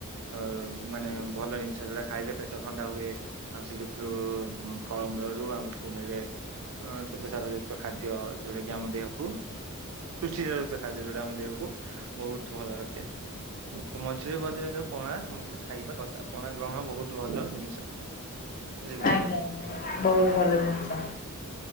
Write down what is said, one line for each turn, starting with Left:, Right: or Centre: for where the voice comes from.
Right: ଅ ମାନେ ଭଲ ଜିନିଷ ଯୋଉଟା ଖାଇଲେ ପେଟ ଥଣ୍ଡା ହୁଏ ଆଉ ସେ ଯୋ ଫଳମୂଳରୁ ଆମକୁ ମିଳେ ଅ ସ୍ଵତ ସାର ଯୁକ୍ତ ଖାଦ୍ୟ ଯୋଉଟା କି ଆମ ଦେହକୁ ପୃଷ୍ଟି ସାର ଯୁକ୍ତ ଖାଦ୍ୟ ଯୋଉଟା ଆମ ଦେହକୁ ବହୁତ ଭଲ ରଖେ ତ ମଝିରେ ମଝିରେ ସବୁ କଣ ନା ସମସ୍ତେ ଖାଇବା କଥା ପଣା ଗ୍ରହଣ ବହୁତ ଭଲ ଜିନିଷ। ବୁଝିଲେ
Left: ଆଜ୍ଞା ବହୁତ ଭଲ ଜିନିଷ।